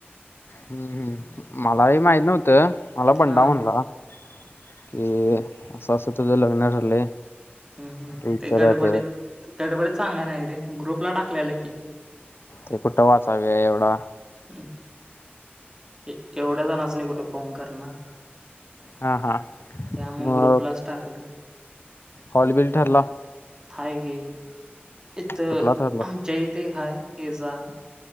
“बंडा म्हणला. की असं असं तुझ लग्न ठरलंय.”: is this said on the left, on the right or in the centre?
Left